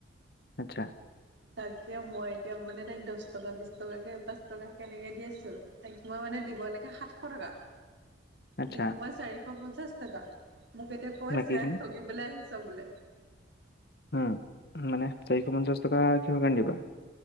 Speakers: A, on the left; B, on the right.
A: আচ্ছা।
B: তাকে মই এতিয়া মানে তাইক দছ টকা, বিশ টকাকে, পাঁচ টকা তেনেকে দি আছো। তাইক মই মানে দিব লাগে সাতশ টকা।
A: আচ্ছা
B: দিম মই চাৰিশ -পঞ্চাশ টকা। মোক এতিয়া কৈছে-
A: বাকীখিনি
B: ঠগিবলৈ আহিছ বোলে।
A: উম। মানে চাৰিশ পঞ্চাছ টকা কিহৰ কাৰণে দিবা?